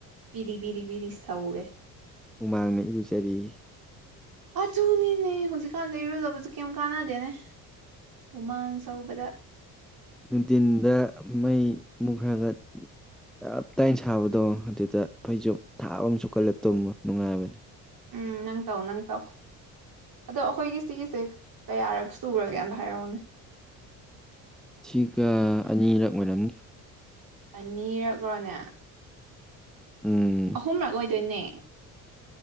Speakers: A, on the right; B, in the centre.
A: ꯄꯤꯔꯤ ꯄꯕꯤꯔꯤ ꯄꯕꯤꯔꯤ ꯁꯧꯔꯦ
B: ꯍꯨꯃꯥꯡꯅ ꯏꯔꯨꯖꯔꯤ
A: ꯑꯆꯨꯅꯤꯅꯦ ꯍꯧꯖꯤꯛꯀꯥꯟꯗ ꯏꯔꯨꯗꯕꯁꯨ ꯀꯩꯝ ꯀꯥꯟꯅꯗꯦꯅꯦ ꯎꯃꯥꯡ ꯀꯧꯕꯗ
B: ꯅꯨꯡꯇꯤꯟꯗ ꯃꯩ ꯃꯨꯛꯈ꯭ꯔꯒ ꯆꯞ ꯇꯥꯏꯅ ꯁꯥꯕꯗꯣ ꯑꯗꯨꯗ ꯐꯩꯖꯣ ꯊꯥꯕ ꯑꯃꯨ ꯀꯜꯂ ꯇꯨꯝ ꯅꯨꯡꯉꯥꯏꯕꯅꯤ
A: ꯎꯝ ꯅꯪ ꯇꯧ ꯅꯪ ꯇꯧ ꯑꯗꯣ ꯑꯩꯈꯣꯏꯒꯤ ꯁꯤꯒꯤꯁꯦ ꯀꯌꯥꯔꯛ ꯇꯨꯨꯔꯒꯦꯅꯗ ꯍꯥꯏꯔꯛꯎꯅꯦ
B: ꯁꯤꯒ ꯑꯅꯤꯔꯛ ꯑꯣꯏꯔꯝꯅꯤ
A: ꯑꯅꯤꯔꯛꯂꯣꯅꯦ
B: ꯎꯝ
A: ꯑꯍꯨꯝꯔꯛ ꯑꯣꯏꯗꯣꯏꯅꯦ